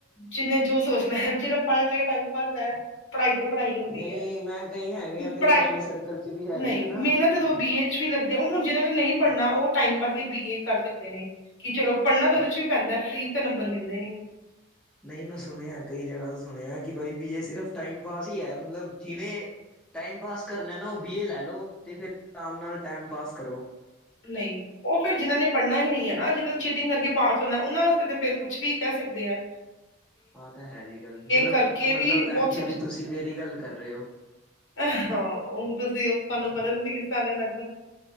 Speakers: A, on the left; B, in the centre.
A: ਜਿੰਨੇ ਜੋ ਸੋਚਨਾ, ਜਿੰਨੇ ਪੜ੍ਹ ਲੇ ਟਾਈਮ ਪਾਸ ਐ। ਪੜ੍ਹਾਈ ਤੇ, ਪੜ੍ਹਾਈ ਹੁੰਦੀ
B: ਨਹੀਂ
A: ਐ,
B: ਮੈਂ ਕਈ ਹੈਗੇ ਆ ਮੇਰੇ
A: ਪੜ੍ਹਾਈ,
B: ਫਰੈਂਡ ਸਰਕਲ ਚ ਵੀ ਹੈਗੇ
A: ਨਈ
B: ਆ ਨਾ
A: ਮੇਹਨਤ ਜਦੋਂ ਬੀ ਏ 'ਚ ਵੀ ਲੱਗਦੇ, ਓ ਹੁਣ ਜਿਨਾਂ ਨੇ ਨਈ ਪੜ੍ਹਨਾ ਓ ਟਾਈਮ ਪਾਸ ਲਈ ਬੀ- ਏ ਕਰ ਸਕਦੇ ਨੇ। ਕੀ ਚਲੋ, ਪੜ੍ਹਨਾ ਤਾਂ ਓਦੇ ਚ ਵੀ ਪੈਂਦਾ ਫ੍ਰੀ 'ਚ ਤੇ ਨੰਬਰ ਮਿਲਦੇ ਨੀ।
B: ਨਈਂ ਮੈਂ ਸੁਨੇਆ, ਕਈ ਜਗ੍ਹਾ ਤੋਂ ਸੁਨੇਆ ਕਿ, ਬਈ ਬੀ‌- ਏ ਸਿਰਫ ਟਾਈਮ ਪਾਸ ਈ, ਐ ਮਤਲਬ ਜਿਵੇਂ ਟਾਈਮ ਪਾਸ ਕਰਨਾ ਨਾ, ਓ ਬੀ- ਏ ਲੈ ਲੋ, ਤੇ ਫਿਰ ਆਰਾਮ ਨਾਲ ਟਾਈਮ ਪਾਸ ਕਰੋ।
A: ਨਈਂ। ਓ ਫਿਰ ਜਿਨਾਂ ਨੇ, ਪੜਨਾ ਹੀ ਨਈ ਐ ਨਾ, ਜਿਨਾਂ ਨੇ ਚੀਟਿੰਗ ਕਰਕੇ ਪਾਸ ਹੋਨਾ, ਓਨਾਂ ਵਾਸਤੇ ਤਾਂ ਫੇਰ ਕੁਛ ਵੀ ਕੇਹ ਸਕਦੇ ਐ।
B: ਆਹ ਤਾਂ ਹੈ ਜੀ ਗੱਲ ਮਤਲਬ,
A: ਕਰਕੇ
B: ਮਤਲਬ
A: ਵੀ ਬਹੁਤ
B: ਇੱਥੇ ਵੀ ਤੁਸੀਂ ਮੇਰੀ ਗੱਲ ਕਰ ਰਹੇ ਹੋ।
A: ਆਹਾਔ, ਹੁਣ ਤੁਸੀਂ ਤੁਹਾਨੂੰ ਪਤਾ ਤੁਸੀਂ ਕਿਸ ਤਰ੍ਹਾਂ ਦੇ ਮ